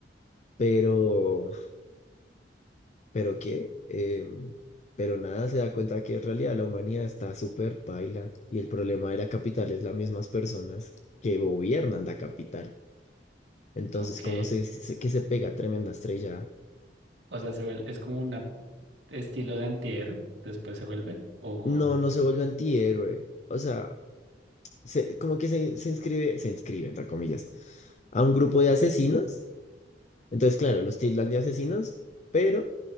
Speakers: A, on the left; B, on the right.
A: Pero, ¿pero qué? Em, pero nada, se da cuenta que en realidad la humanidad está súper paila y el problema de la capital es las mismas personas que gobiernan la capital. Entonces,
B: Ok.
A: como se, se- que se pega tremenda estrella,
B: O sea, se vuel- es como un estilo de antihéroe, después se vuelve. O
A: no, no se vuelve antihéroe. O sea, se- como que se, se inscribe, se inscribe, entre comillas, a un grupo de asesinos. Entonces, claro, los tildan de asesinos, pero